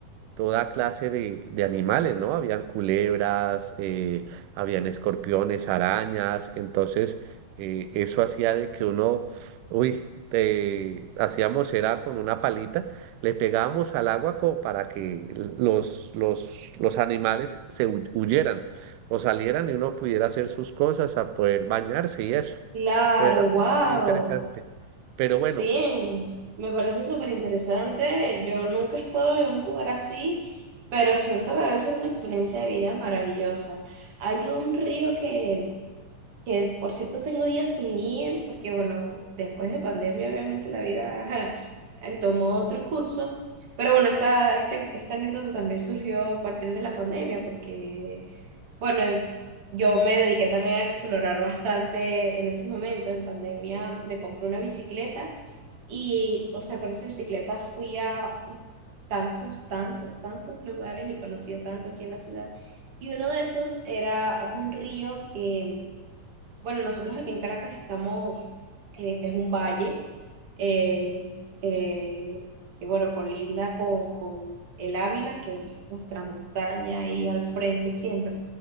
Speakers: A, on the right; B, on the right.
A: toda clase de, de animales, ¿no? Habían culebras, eh, habían escorpiones, arañas, entonces eh, eso hacía de que uno, uy, te- hacíamos era con una palita, le pegábamos al agua como para que los, los, los animales se hu- huyeran o salieran y uno pudiera hacer sus cosas, a poder bañarse y eso.
B: Claro,
A: Pero era
B: wow.
A: muy, muy interesante. Pero
B: Sí,
A: bueno,
B: me parece súper interesante. Yo nunca he estado en un lugar así, pero siento que debe ser una experiencia de vida maravillosa. Hay un río que que por cierto tengo días sin ir, porque bueno, después de pandemia obviamente la vida ajá, eh, tomó otro curso, pero bueno, esta, este, esta anécdota también surgió a partir de la pandemia, porque bueno, eh, yo me dediqué también a explorar bastante en ese momento, en pandemia me compré una bicicleta y, o sea, con esa bicicleta fui a tantos, tantos, tantos lugares y conocí a tanto aquí en la ciudad. Y uno de esos era, es un río que bueno, nosotros aquí en Caracas estamos, eh, es un valle eh, que, que, bueno, colinda con, con el Ávila, que es nuestra montaña ahí al frente siempre.